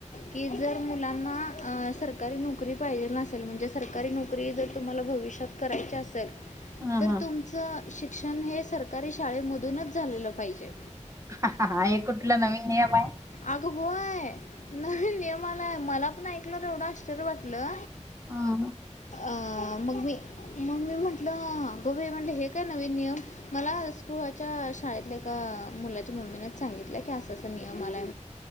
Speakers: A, on the left; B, on the right.
A: कि जर मुलांना अ सरकारी नोकरी पाहिजे चल म्हणजे सरकारी नोकरी जर तुम्हाला भविष्यात करायची असेल
B: ह
A: तर
B: हा
A: तुमचं शिक्षण हे सरकारी शाळेमधूनच झालेलं पाहिजे.
B: हा हे कुठलं नवीन नियम आहे.
A: अग होय. नाही नियमाला मला पण ऐकलं र एवढं आश्चर्य वाटलं.
B: हम
A: अ मग मी मम्मी म्हटलं अगं बाई म्हटलं हे काय नवीन नियम मला स्पुहाच्या शाळेतल्या एका मुलाच्या मम्मीनेच सांगितलं की असा अस नियम मला